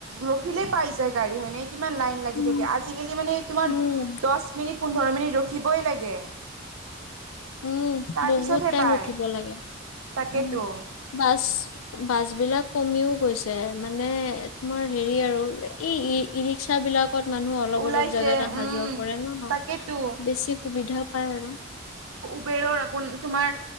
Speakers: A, on the right (about 85°); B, on the left (about 80°).
A: ৰখিলে পাই যায় গাড়ী হয়নে কিমান লাইন লাগি
B: উম
A: থাকে আজিকালি মানে তোমাৰ
B: উম
A: দহ মিনিট পোন্ধৰ মিনিট ৰখিবই লাগে
B: উম
A: তাৰপিছতহে
B: বহুত টাইম
A: পায়
B: ৰখিব লাগে
A: তাকেতো
B: উম বাছ বাছ বিলাক কমিও গৈছে মানে তোমাৰ হেৰি আৰু এই ই ই ৰিক্সা বিলাক ত মানুহ অলপ
A: ওলাইছে
B: অলপ জাগা অহা
A: উম
B: যোৱা কৰে ন
A: তাকেতো
B: বেছি সুবিধা পায় আৰু
A: উবেৰৰপ তোমাৰ